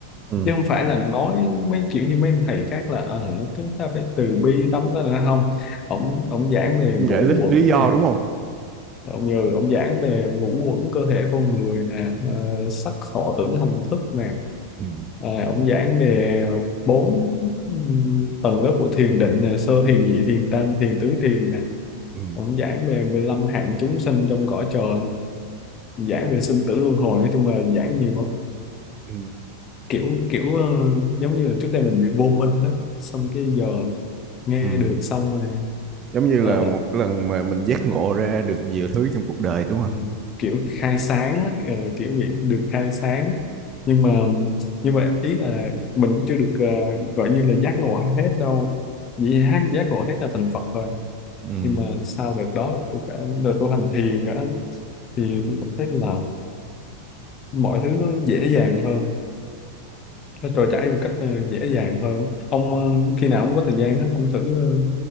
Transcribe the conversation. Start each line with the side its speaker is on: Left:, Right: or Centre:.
Right: Ừ.
Left: chứ không phải là nói mấy kiểu như mấy ông thầy khác là ờ, chúng ta phải từ bi tấm đó nữa không ông ông giảng về ngũ
Right: giải thích
Left: uẩn
Right: lý do
Left: nè
Right: đúng không?
Left: ông như ông giảng về ngũ uẩn cơ thể con người nè ờ, sắc thọ tưởng hành thức nè
Right: Ừ.
Left: Ờ, ông giảng về bốn ừm, tầng lớp của thiền định nè sơ thiền nhị thiền tam thiền tứ thiền nè
Right: Ừ.
Left: ông giảng về 15 hạng chúng sinh trong cõi trời nè Ông giảng
Right: Ừ.
Left: về sinh tử luân hồi nói chung là giảng nhiều lắm.
Right: Ừ.
Left: kiểu kiểu ờ, giống như là trước đây mình bị vô minh đó xong cái giờ nghe
Right: Ừ.
Left: được xong rồi
Right: Giống như
Left: ờ,
Right: là một cái lần mà mình giác ngộ ra được nhiều thứ trong cuộc đời đúng không?
Left: ừ, kiểu khai sáng á, ờ, kiểu bị được khai sáng nhưng mà nhưng mà ý là mình cũng chưa được ờ, gọi như là giác ngộ hết đâu vì hát giác ngộ hết là thành Phật rồi
Right: Ừ.
Left: nhưng mà sau đợt đó tôi cả đợt tu hành thiền nữa thì tôi cũng thấy là mọi thứ nó dễ dàng hơn nó trôi chảy một cách ờ, dễ dàng hơn ông ờ, khi nào ông có thời gian đó ông thử ờ,